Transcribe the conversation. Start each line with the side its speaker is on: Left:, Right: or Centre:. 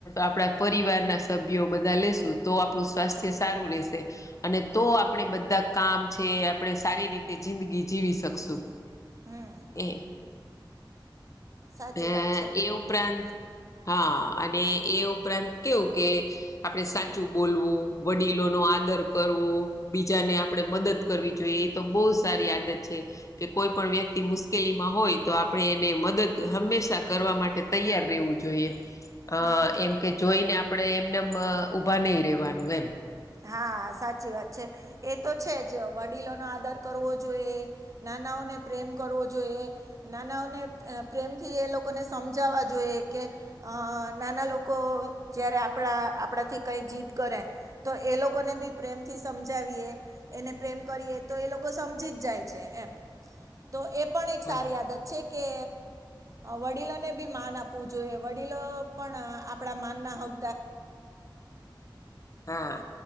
Left: આપણા પરિવારના સભ્યો બધા લેશું. તો આપણું સ્વાસ્થ્ય સારું રહેશે. અને તો આપણે બધા કામ છે આપણે સારી રીતે જિંદગી જીવી શકશું.
Right: હમ
Left: એ
Right: સાચી
Left: હ
Right: વાત છે
Left: એ ઉપરાંત. હા અને એ ઉપરાંત કેવું કે. આપણે સાચું બોલવું વડીલો નો આ. આદર કરવો બીજાને આપણે મદદ કરવી જોઈએ એ તો બહુ સારી આદત છે. કે કોઈ પણ વ્યક્તિ મુશ્કેલીમાં હોય તો આપણે એને મદદ હંમેશા કરવા માટે તૈયાર. વું જોઈએ અ
Right: હમ
Left: એમ કે જોઈને આપડણે એમને ઉઊભા નહી રેવાનું એમ.
Right: હા સાચી વાત છે એ તો છે જ વડીલોનોો આદર કરવો જોઈએ. નાનાઓને પ્રેમ કરવો જોઈએ નાનાઓને પ્રેમથી એ લોકોને સમજાવા જોઈએ કે અ નાના લોકો જ્યારે આપણા આપણાથી કંઈ જીત કરે તો એ લોકોને બી પ્રેમથી સમજાવીએ એને પ્રેમ કરીએ તો એ લોકો સમજી જ જાય છે એમ તો એ પણ એક
Left: હા
Right: સારી આદત છે કે વડીલોને બી માન આપવું જોઈએ વડીલો પણ આપણા માનના હક
Left: હા